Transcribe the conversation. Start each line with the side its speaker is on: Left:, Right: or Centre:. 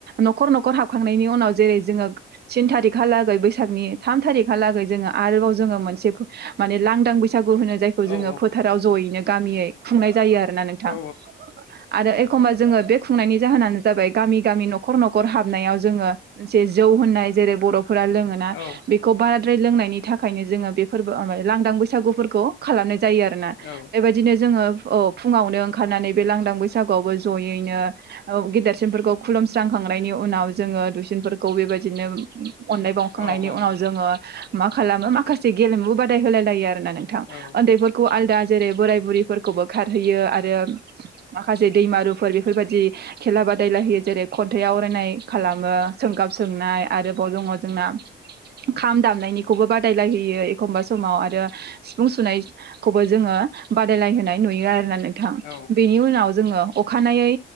Right: न'खर न' खर हाबखांनायनि उनाव जेरै जोङो थिन थारिखहालागै बैसागनि थाम थारिखहालागै जोङो आरोबाव जों जोङो मोनसे फो माने लांदां बैसा बैसागु होनो जायखौ
Left: औ
Right: जोङो फोथाराव जयैनो गामियै खुंनाय जायो आरो ना नोंथां।
Left: औ
Right: आरो एखम्बा जोङो बे खुंनायनि जाहोनानो जाबाय गामि गामि न'खर न'खर हाब नायाव जोङो जे जौ होननाय जेरै बर'फोरा लोङोना
Left: औ
Right: बेखौ बारा द्राय लोंनायनि थाखायनो जोङो बे फोरबो लांदां बैसागुफोरखौ खालामनाय जा जायो आरोना
Left: औ
Right: बेबादिनो जोङो औ फुङावनो ओंखारनानै बे लांदां बैसागुआवबो जयैनो औ गेदेरसिनफोरखौ खुलुमस्रांखांनायनि उनाव जोङो दुइसिनफोरखौ बेबादिनो अननाय बावखांनायनि
Left: औ मान
Right: उनाव जोङो मा खालामो, माखासे गेलेमु बादाय होलाय लायो आ रोना नोंथां।
Left: औ
Right: ओन्दैफोरखौ आलदा जेरै बोराय बुरिफोरखौबो खारहोयो आरो माखासे दैमारुफोर बेफोरबादि खेला बादायलायहोयो जेरै खन्थाइ आवरायनाय खालामो, सोंगाब सोंनाय । आरोबाव दङ जोंना खाम दामनायनिखौबो बादायलाय हो यो एखमबा समाव आरो सिफुं सुनायखौबो जोङो बादायलाय होनाय नुयो आरोना नोंथां।
Left: औ
Right: बेनि उनाव जोङो अखानायै